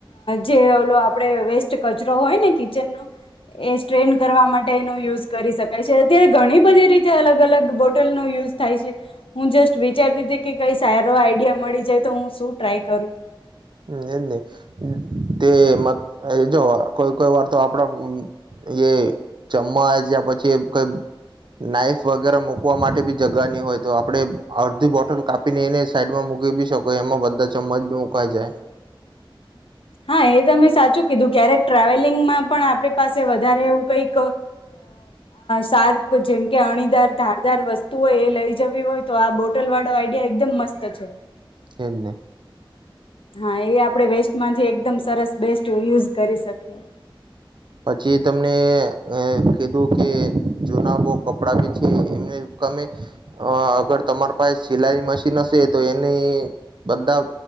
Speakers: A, on the left; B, on the right.
A: જે ઓ આપડ વ કચરો હોય ને કિચન નો એ સ્ટ્રેન કરવા માટે એનું યુઝ કરી શકાય છે અત્યારે ઘણી બધી રીતે અલગ અલગ બોટ યુઝ થાય છે હું જસ્ટ વિચારતી હતી કે કઈ સારો આઈડિયા મળી જાય તો હું શું ટ્રાય કરું
B: હ એજ નહી તે જો કોઈ કોઈ વાર તો આપડા એ ચમ્મચ યા પછી કઈ નાઈફ વગેરે મુૂકવા માટે બી જગા ની હોય તો આપણેે અડધી બોટલ કાપીને એને સાઈડમાં મૂકી બી શકો એમાં બધા ચમ્મચ બી મુકવાઈ જાય
A: હા એ તમે સાચું કીધું ક્યારેક ટ્રાવેલિંગમાં પણ આપણી પાસે વધારે એવું કઈક સાર જેમ કે અણીદાર ધા ાર વસ્તુ હોય એ લઈ જવી હોય તો આ બોટલ વાળો આઈડિયા એકદમ મસ્ત છે
B: એને
A: હા એ આપડે વેસ્ટમાં જે એકદમ સરસ બેસ્ટ યુઝ કરી શકી
B: પછી તમને કીધું કે જુના બહ કપડા બી છે એમને તમે અગર તમારા પાસે સિલાઈ મશીન હશે તો એને બધા